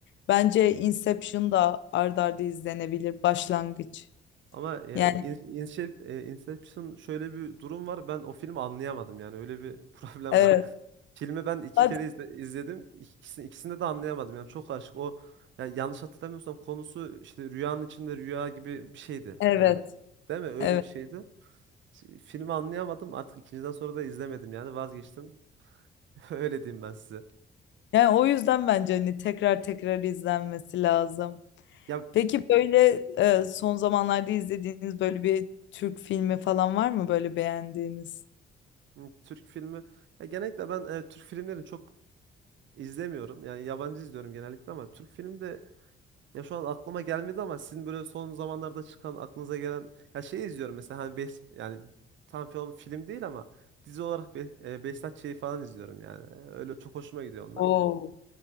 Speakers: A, on the left (about 70°); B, on the right (about 70°).
A: bence Inception da art arda izlenebilir başlangıç.
B: Ama e,
A: Yani
B: In- Ince- e, Inception şöyle bir durum var. Ben o filmi anlayamadım yani öyle bir <laughs> problem
A: evet.
B: var. Filmi ben iki
A: Hadi.
B: kere izle- izledim. İkisini, ikisinde de anlayamadım. Yani çok karışık. O yani yanlış hatırlamıyorsam konusu işte rüyanın içinde rüya gibi bir şeydi.
A: Evet.
B: Yani değil mi? Öyle
A: Evet.
B: bir şeydi. Şi- Filmi anlayamadım. Artık ikinciden sonra da izlemedim yani vazgeçtim. <laughs> Öyle diyeyim ben size.
A: Yani o yüzden bence hani tekrar tekrar izlenmesi lazım.
B: Ya
A: Peki böyle e, son zamanlarda izlediğiniz böyle bir Türk filmi falan var mı böyle beğendiğiniz?
B: m, Türk filmi ya genellikle ben e, Türk filmlerini çok izlemiyorum. Yani yabancı izliyorum genellikle ama Türk filmi de Ya şu an aklıma gelmedi ama sizin böyle son zamanlarda çıkan aklınıza gelen ya şey izliyorum mesela hani bes, yani tam film film değil ama dizi olarak Be e, Behzat Ç'yi falan izliyorum yani. Öyle çok hoşuma gidiyor onlar.
A: Oo.